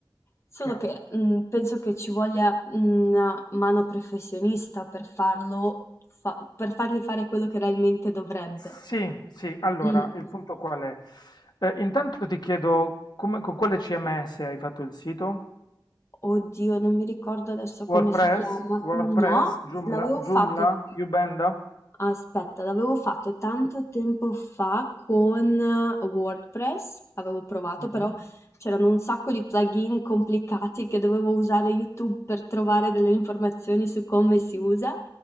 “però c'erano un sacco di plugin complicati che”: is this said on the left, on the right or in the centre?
Left